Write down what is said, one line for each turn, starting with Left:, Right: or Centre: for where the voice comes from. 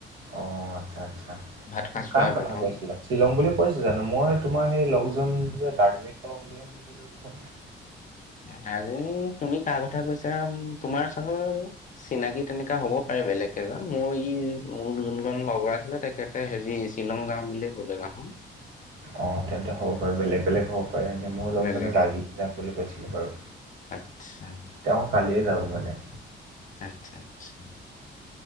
Right: অ আচ্ছা আচ্ছা,
Left: ভাত সাজ খুৱাই
Right: কাৰ কথা
Left: পঠাও
Right: কৈছিলা? শ্বিলং বুলি কৈছে জানো? মই তোমাৰ সেই লগজন যে দাৰ্জিলিং যাব বুলিয়ে শুনিছিলো দেখোন।
Left: দাৰ্জিলিং তুমি কাৰ কথা কৈছা? তোমাৰ চাগে চিনাকি তেনেকা হ'ব পাৰে বেলেগ এজন, মোৰ ই মোৰ যোনজন লগৰ আছিলে তাকে এ হেৰি শ্বিলং যাওঁ বুলিয়ে কলে দাখোন।
Right: অঁ তেন্তে হ'ব পাৰে বেলেগ বেলেগ হওক কৰে নে মোৰ লগজনৰ
Left: বেলেগ
Right: দাৰ্জিলিং যাম বুলি কৈছিলে বাৰু।
Left: আচ্ছা
Right: তেওঁ কালিয়ে যাব মানে।
Left: আচ্ছা আচ্ছা-